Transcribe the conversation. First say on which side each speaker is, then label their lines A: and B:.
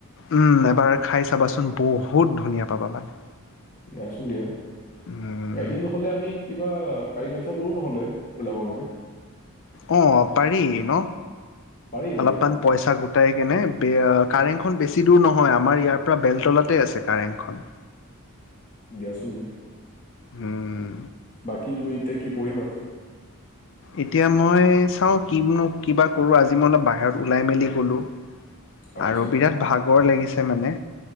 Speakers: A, on the left; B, on the left.
A: উম, এবাৰ খাই চাবাচোন বহুত ধুনীয়া পাবা মানে।
B: দিয়াচোন দিয়া।
A: উম
B: এদিন নহলে আমি কিবা তাৰিখ আলোচনা কৰো নহলে ওলাবৰ কাৰণে।
A: অঁ পাৰি ন
B: পাৰি পাৰি
A: অলপমান পইছা গোটাই কেনে। কাৰেঙখন বেছি দূৰ নহয় আমাৰ ইয়াৰ পৰা বেলতলাতে আছে কাৰেঙখন।
B: দিয়াচোন দিয়া।
A: উম।
B: বাকী তুমি এতিয়া কি পঢ়িবা?
A: এতিয়া মই চাওঁ কিনো কিবা কৰোঁ আজি মই অলপ বাহিৰত ওলাই মেলি গ'লোঁ।
B: আচ্ছা
A: আৰু বিৰাট ভাগৰ লাগিছে মানে।